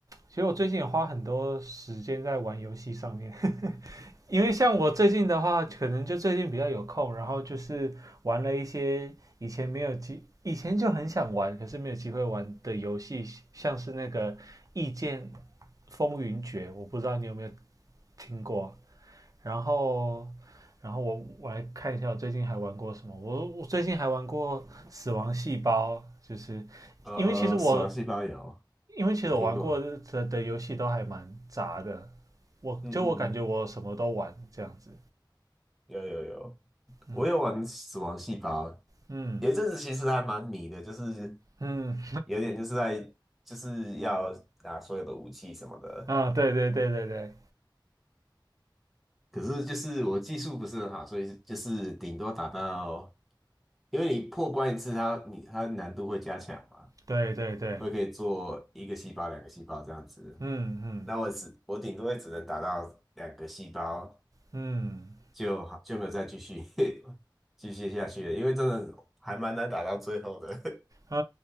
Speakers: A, on the right (about 45°); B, in the centre.
A: 其实我最近也花很多时间在玩游戏上面，<laughs> 因为像我最近的话，可能就最近比较有空，然后就是玩了一些以前没有机，以前就很想玩，可是没有机会玩的游戏，像是那个《异剑风云决》，我不知道你有没有听过，然后。然后我我来看一下我最近还玩过什么。我我最近还玩过《死亡细胞》，就是因为其实我
B: 呃呃，死亡细胞有
A: 因为其实我玩过的的游戏都还蛮杂的，
B: 有听过，
A: 我就我感觉我什么都玩这样子。
B: 嗯嗯嗯，有有有，
A: 嗯
B: 我有玩死亡细胞，
A: 嗯
B: 有一阵子其实还蛮迷的，就是
A: 嗯
B: 有点就是在就是要拿所有的武器什么的，
A: 啊，对对对对对
B: 可是就是我技术不是很好，所以就是顶多打到，因为你破关一次它，你它难度会加强嘛。
A: 对对对，
B: 会可以做一个细胞、两个细胞这样子。
A: 嗯嗯
B: 那我只我顶多也只能打到两个细胞，
A: 嗯
B: 就就没有再继续 <laughs> 继续下去了，因为真的还蛮难打到最后的。<laughs>
A: 嗯